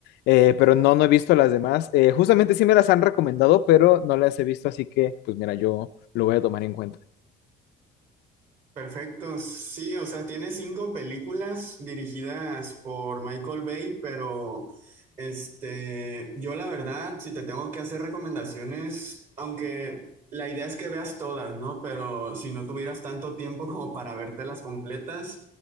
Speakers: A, on the left; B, on the right.
A: eh, pero no, no he visto las demás. Eh, justamente sí me las han recomendado, pero no las he visto, así que pues mira, yo lo voy a tomar en cuenta.
B: Perfecto, sí, o sea, tiene cinco películas dirigidas por Michael Bay, pero este, yo la verdad, si te tengo que hacer recomendaciones, aunque la idea es que veas todas, ¿no? Pero si no tuvieras tanto tiempo <laughs> como para vértelas completas,